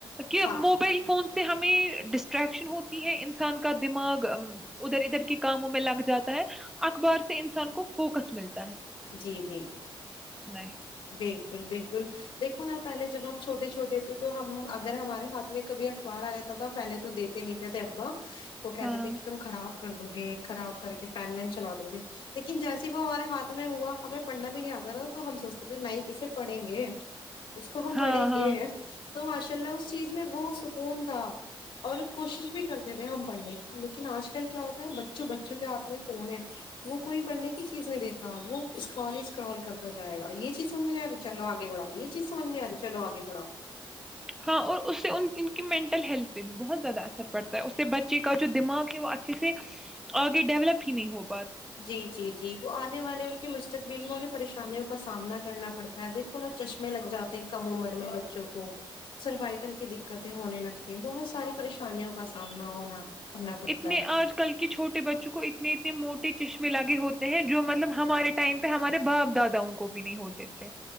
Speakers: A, in the centre; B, on the left (about 85°).
A: کہ
B: ہاں
A: موبائل فون سے ہمیں ڈسٹر اٹریکشن ہوتی ہے ان انسان کا دماغ ا ادھر ادھر کاموں میں لگ جاتا ہے اخبار سے انسان کو فوکس ملتے
B: جی جی
A: ہے
B: بالکل بالکل دیکھو آپ پہےب ہم چھوٹے چھوٹے تھے تو ہم اگر ہمارے ہاتھ میں کبھی اخبار آ جاتا تھا پہلے تو دیتے نہیں تھتے تھ ابا وہ کہتے
A: ہاں
B: تھے کہ تم خراب کر دو گے خراب کر کے پین وین چلا دو گے لیکن جیسے وہ ہمارے ہاتھ میں ہوا ہمیں پڑھنا بھی نہیں آتا نا تو ہم سوچتے تھے نہیں اسے پڑھیں گے اس کو ہم
A: ہاں
B: پڑھیں
A: ہاں
B: گے تو ماشاء اللہ اس چیز میں وہ سکون تھا اور کوشش بھی کرتے تھے ہم پڑھنے کی لیکن آج کل کیا ہوتا ہے بچوں بچوں کے ہاتھ میں فون ہے وہ کوئی پڑھنے کی چیز نہیں دیتے وہ اسکرال ہی اسکرال کرتا جائے گا یہ چیز سمج نہیں آ رہی چلو آگے بڑھؤ یہ چیز سمجھ نہیں آ رہی چلو آگے بڑھاؤ
A: ہاں اور اس سے ان ان کی مینٹل ہیلتھ پہ بھی بہت زیادہ اثر پڑتا ہے اس سے بچے کا جو دماغ ہے وہ اچھے سے آگے ڈیولپ ہی نہیں ہوگ
B: جی جی جی وہ آنے والے ان مستقبل میں انہیں پریشانیوں کا سامنا کرنا پڑتا ہے دیکھو نا چشمے لگ جاتے ہیں کم عمر میں بچوں کو سروائکل کی دقتیں ہونے لگتی ہیں بہت ساری پریشانیوں کا سامنا ہونا کرنا پڑتا
A: اتنے
B: ہے
A: آج کل کے چھوٹے بچوں کو اتنے اتنے موٹے چشمے ملا کے ہوتے ہیں جو مطلب ہمارے ٹائم پہ ہمارے باپ داداؤں کو بھی نہیں ہوتے تھے